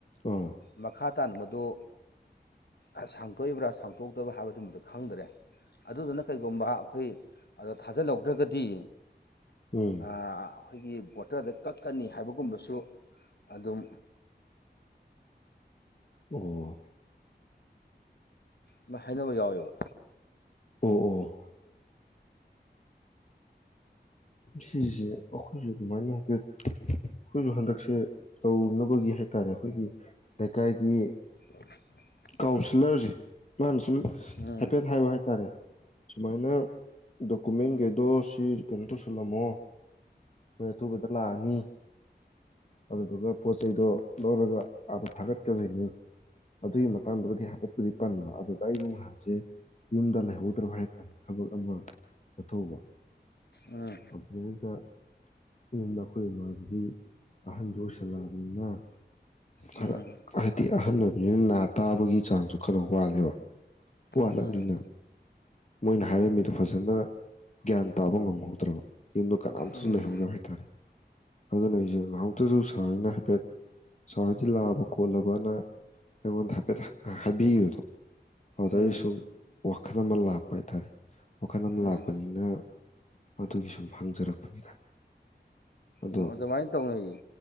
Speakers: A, on the left; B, on the left.
A: ꯎꯝ
B: ꯃꯈꯥ ꯇꯥꯅ ꯃꯗꯨ ꯑꯁ ꯁꯥꯡꯇꯣꯛꯏꯕ꯭ꯔꯥ ꯁꯥꯡꯇꯣꯛꯇꯕ꯭ꯔꯥ ꯍꯥꯏꯕꯗꯨꯃꯗꯨ ꯈꯪꯗꯔꯦ ꯫ ꯑꯗꯨꯗꯨꯅ ꯀꯩꯒꯨꯝꯕ ꯑꯩꯈꯣꯏ ꯑꯗ ꯊꯥꯖꯜꯍꯧꯗ꯭ꯔꯒꯗꯤ꯫
A: ꯎꯝ
B: ꯑꯥ ꯑꯩꯈꯣꯏꯒꯤ ꯕꯣꯇꯔꯗ ꯀꯛꯀꯅꯤ ꯍꯥꯏꯕꯒꯨꯝꯕꯁꯨ ꯑꯗꯨꯝ
A: ꯑꯣ
B: ꯑꯗꯃꯥꯏ ꯍꯥꯏꯅꯕ ꯌꯥꯎꯋꯦꯕ꯫
A: ꯑꯣ ꯑꯣ ꯁꯤꯖꯦ ꯑꯩꯈꯣꯏꯁꯨ ꯗꯨꯃꯥꯏꯅ ꯍꯥꯏꯐꯦꯠ ꯫ ꯈꯣꯏꯖꯨ ꯍꯟꯗꯛꯁꯦ ꯇꯧꯅꯕꯒꯤ ꯍꯥꯏꯇꯥꯔꯦ ꯑꯩꯈꯣꯏꯒꯤ ꯂꯩꯀꯥꯏꯒꯤ
B: <inaudible>
A: ꯀꯥꯎꯟꯁꯤꯜꯂꯔꯖꯦ ꯃꯥꯅ ꯁꯨꯝ
B: ꯎꯝ
A: ꯍꯥꯏꯐꯦꯠ ꯍꯥꯏꯕ ꯍꯥꯏꯇꯥꯔꯦ꯫ ꯁꯨꯃꯥꯏꯅ ꯗꯣꯀꯨꯃꯦꯟꯒꯩꯗꯣ ꯁꯤ ꯀꯩꯅꯣ ꯇꯧꯁꯜꯂꯝꯃꯣ ꯍꯣꯏ ꯑꯊꯨꯕꯗ ꯂꯥꯛꯑꯅꯤ꯫ ꯑꯗꯨꯗꯨꯒ ꯄꯣꯠ ꯆꯩꯗꯣ ꯂꯧꯔꯒ ꯑꯥꯗ ꯊꯥꯒꯠꯀꯗꯣꯏꯅꯤ꯫ ꯑꯗꯨꯒꯤ ꯃꯇꯥꯡꯗꯕꯨꯗꯤ ꯍꯥꯏꯐꯦꯠꯄꯨꯗꯤ ꯄꯟꯕ ꯑꯗꯨꯗ ꯑꯩꯩꯖꯨ ꯉꯍꯥꯟꯖꯦ ꯌꯨꯝꯗ ꯂꯩꯍꯧꯗ꯭ꯔꯕ ꯍꯥꯏꯇꯥꯔꯦ ꯊꯕꯛ ꯑꯃ ꯆꯠꯊꯣꯛꯎꯕ꯫
B: ꯑꯥ
A: ꯑꯗꯨꯗꯩꯗ ꯌꯨꯝꯗ ꯑꯩꯈꯣꯏ ꯏꯃꯥꯗꯨꯗꯤ ꯑꯍꯟꯖꯨ ꯑꯣꯏꯁꯜꯂꯛꯑꯕꯅꯤꯅ꯫ ꯈꯔ
B: ꯎꯝ
A: ꯍꯥꯏꯗꯤ ꯑꯍꯟ ꯑꯣꯏꯕꯅꯤꯅ ꯅꯥ ꯇꯥꯕꯒꯤ ꯆꯥꯡꯁꯨ ꯈꯔ ꯋꯥꯠꯂꯦꯕ꯫ ꯋꯥꯠꯂꯝꯅꯤꯅ
B: ꯎꯝ
A: ꯃꯣꯏꯅ ꯍꯥꯏꯔꯝꯃꯤꯗꯣ ꯐꯖꯟꯅ ꯒ꯭ꯌꯥꯟ ꯇꯥꯕ ꯉꯝꯍꯧꯗ꯭ꯔꯕ ꯌꯨꯝꯗꯨ ꯀꯅꯥꯝꯇꯁꯨ
B: ꯎꯝ
A: ꯂꯩꯍꯧꯗꯕ ꯍꯥꯏꯇꯥꯔꯦ꯫ ꯑꯗꯨꯅ ꯑꯩꯖꯦ ꯉꯍꯥꯃꯨꯛꯇꯖꯨ ꯁꯥꯅꯤꯅ ꯍꯥꯏꯐꯦꯠ ꯁꯥꯔ ꯍꯣꯏꯗꯤ ꯂꯥꯛꯑꯕ ꯈꯣꯠꯂꯕꯅ ꯑꯩꯉꯣꯟꯗ ꯍꯥꯏꯐꯦꯠ ꯍꯥ ꯍꯥꯥꯏꯕꯤꯕꯗꯣ꯫ ꯑꯗꯨꯗ
B: ꯎꯝ
A: ꯑꯩ ꯁꯨꯝ ꯋꯥꯈꯜ ꯑꯃ ꯂꯥꯛ ꯄꯍꯥꯏꯇꯥꯔꯦ ꯋꯥꯈꯟ ꯑꯃ
B: ꯎꯝ
A: ꯂꯥꯛꯄꯅꯤꯅ ꯑꯗꯨꯒꯤ ꯁꯨꯝ ꯍꯪꯖꯔꯛꯄꯅꯤꯗ꯫ ꯑꯗꯣ
B: ꯑꯣ ꯑꯗꯨꯃꯥꯏ ꯇꯧꯅꯩꯌꯦ꯫